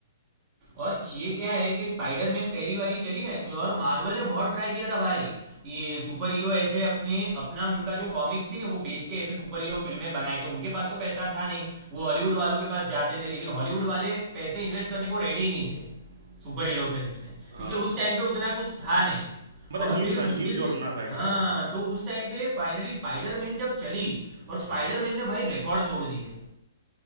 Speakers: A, on the right; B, on the right.
A: और ये क्या है कि स्पाइडरमैन पहली वाली चली ना और मार्वल ने बहुत ट्राई किया था भाई ये सुपर हीरो ऐसे अपने अपना उनका जो कॉमिक्स थी ना वो बेच के ऐसे सुपर हीरो फिल्में बनाए तो उनके पास तो पैसा था नहीं वो हॉलीवुड वालों के पास जाते थे लेकिन हॉलीवुड वाले पैसे इन्वेस्ट करने को रेडी ही नहीं थे सुपर हीरो फिल्म में
B: हाँ
A: क्योंकि उस टाइम पे उतना कुछ था नहीं
B: मतलब
A: और
B: न्यू
A: फिर
B: था
A: मुश्किल
B: न्यू
A: से
B: जॉर्ना था एक
A: हाँ
B: तरह से वो।
A: तो उस टाइम पे फाइनली स्पाइडरमैन जब चली और स्पाइडरमैन
B: हम्म
A: ने भाई रिकॉर्ड तोड़ दिए